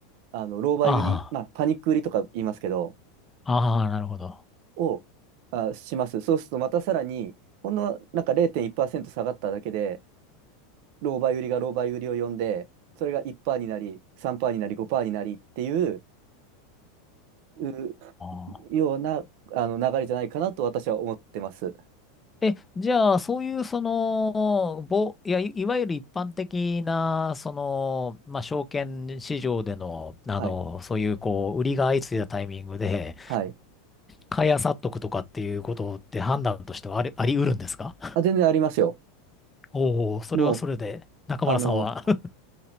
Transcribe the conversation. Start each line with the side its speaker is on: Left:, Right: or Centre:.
Right: あの、狼狽売り、
Left: あ
Right: まあ、パニック売りとか言いますけど、
Left: あ、ああ、なるほど。あ
Right: を、あ、します。そうするとまたさらに、ほんのなんか0.1%下がっただけで、狼狽売りが狼狽売りを呼んで、それが1%になり、3%になり、5%になりっていう、う
Left: あ。
Right: ようなあの流れじゃないかなと私は思ってます。
Left: え、じゃあ、そういう、その、ぼ、いや、いいわゆる一般的な、その、まあ、証券市場での、あの、
Right: はい。
Left: そういう、こう、売りが相次いだタイミングで、
Right: はい。
Left: 買い漁っとくとかっていうことって判断としてはあり、あり得るんですか
Right: あ、全然ありますよ。
Left: <laughs> おお、それはそれで、
Right: もう、
Left: 中村さんは
Right: あの、
Left: <laughs>